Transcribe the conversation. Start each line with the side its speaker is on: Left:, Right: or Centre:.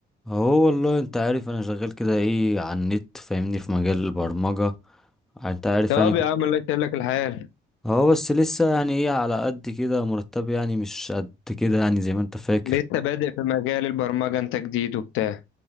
Centre: هو والله انت عارف انا شغال كده ايه على النت فاهمني في مجال البرمجة انت عارف
Left: طب
Centre: يعني كنت-
Left: يا عم الله يسهل لك الحال
Centre: هو بس لسه يعني ايه على قد كده مرتب يعني مش قد كده يعني زي ما انت فاكر
Left: لسه بادئ في مجال البرمجة أنت جديد وبتاع